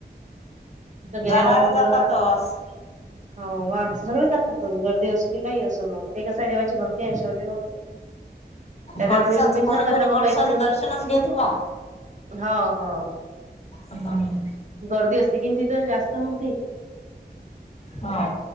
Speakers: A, on the right; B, on the left.
A: तिथं गेल्यावर
B: जाणारे
A: मग
B: जातातच.
A: बरोबर हो, वा सगळे जातात गर्दी असूदे काही असू मग, ते कस आहे देवाची भ ती आहे शेवटी मग त्याच्यात
B: कडसाचं
A: मी मीच
B: कोणी
A: सांगितलं
B: कोणी
A: मग
B: कडसाचं
A: काहीच नाही
B: दर्शनच घेते मग.
A: हा हो
B: हम्म
A: गर्दी असते कि तिथं जास्त मग ते.
B: हा